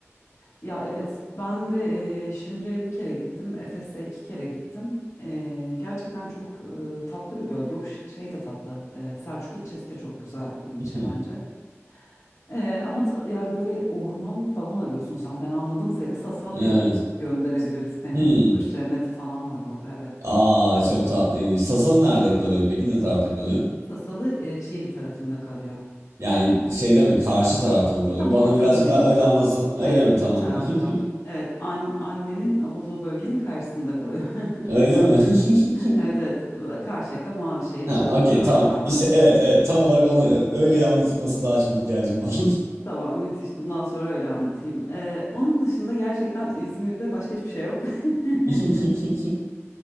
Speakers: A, on the left; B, on the right.
A: Ya evet ben de e, Şirince'ye bir kere gittim. Efes'e iki kere gittim. E, gerçekten çok e, tatlı bir bölge. O ş- şey de tatlı. E, Selçuk ilçesi de çok güzel bir ilçe
B: <laughs>
A: bence. Ee, ama ta- yani böyle orman falan arıyorsun sen. Ben anladım seni. Sasalı'ya
B: Evet.
A: gönderebiliriz seni.
B: Hmm.
A: Kuş cenneti falan var orada evet.
B: Aa çok tatlıymış. Sasan nerede kalıyor peki? Ne tarafta kalıyor?
A: Sasalı e, Çiğli tarafında kalıyor.
B: Yani şeyde mi? Karşı tarafta mı kalıyor?
A: Tam
B: Bana
A: ortada
B: birazcık
A: diyeyim
B: daha öyle
A: sana.
B: anlatsan. Öyle
A: Hayır
B: mi? Tamam.
A: bu tarafta.
B: <laughs>
A: Evet an- annenin olduğu bölgenin karşısında kalıyor. <laughs>
B: Öyle mi? <laughs>
A: Evet evet Karşıyaka, Mavişehir
B: Ha,
A: falan
B: okey
A: o taraflarda.
B: tamam. İşte evet evet tam olarak ona öyle anlatılması daha çok ihtiyacım var.
A: Tamam müthiş bundan sonra öyle anlatayım. Ee, onun dışında gerçekten İzmir'de başka hiçbir şey yok. <laughs>
B: <laughs>